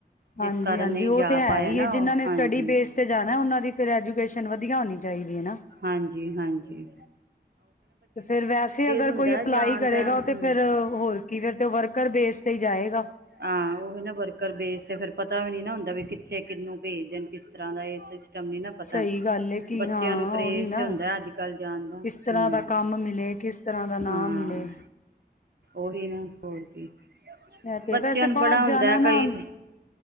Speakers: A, on the left; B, on the right.
A: ਹਾਂਜੀ-ਹਾਂਜੀ,
B: ਜਿਸ ਕਾਰਨ ਨਹੀਂ
A: ਉਹ
B: ਜਾ
A: ਤੇ ਹੈ
B: ਪਾਇਆ
A: ਹੀ
B: ਨਾ
A: ਹੈ ਜਿਨਾਂ
B: ਉਹ
A: ਨੇ
B: ਹਾਂਜੀ
A: ਸਟੱਡੀ ਬੇਸ ਤੇ ਜਾਣਾ, ਉਹਨਾਂ ਦੀ ਫੇਰ ਐਜੂਕੇਸ਼ਨ ਵਧੀਆ ਹੋਣੀ ਚਾਹੀਦੀ ਹੈਨਾ।
B: ਹਾਂਜੀ-ਹਾਂਜੀ।
A: ਤੇ ਫੇਰ ਵੈਸੇ ਅਗਰ
B: ਹੁੰਦਾ
A: ਕੋਈ ਅਪਲਾਈ
B: ਜਾਣ
A: ਕਰੇਗਾ
B: ਦਾ ਹੂੰ
A: ਉ ਤੇ ਫੇਰ ਹੋਰ ਕੀ ਫੇਰ ਤੇ ਵਰਕਰ ਬੇਸ ਤੇ ਹੀ ਜਾਏਗਾ।
B: ਹਾਂ, ਉਹ ਨਾ ਵਰਕਰ ਬੇਸ ਤੇ ਫੇਰ ਪਤਾ ਵੀ ਨੀ ਨਾ ਹੁੰਦਾ ਵੀ ਕਿੱਥੇ ਕਿਹਨੂੰ ਭੇਜਦੇ ਕਿਸ ਤਰ੍ਹਾਂ ਦਾ ਇਹ ਕੰਮ ਨੀ ਨਾ ਪਤਾ
A: ਸਹੀ ਗੱਲ ਏ ਕਿ
B: ਬੱਚਿਆਂ
A: ਹਾਂ
B: ਨੂੰ
A: ਉਹੀ
B: ਕਰੇਜ
A: ਨਾ
B: ਤਾ ਹੁੰਦਾ ਅੱਜ-ਕੱਲ ਜਾਣ ਦਾ, ਹੂੰ
A: ਕਿਸ ਤਰ੍ਹਾਂ ਦਾ ਕੰਮ ਮਿਲੇ ਕਿਸ ਤਰ੍ਹਾਂ ਦਾ ਨਾ
B: -ਹਾਂ।
A: ਮਿਲੇ
B: ਉਹੀ ਨਾ ਹੋਰ ਕੀ।
A: ਹੈ ਤੇ
B: ਬੱਚਿਆਂ
A: ਵੈਸੇ
B: ਨੂੰ
A: ਬਾਹਰ
B: ਬੜਾ ਹੁੰਦਾ
A: ਜਾਣਾ ਨਾ
B: ਕਈ ਤੇ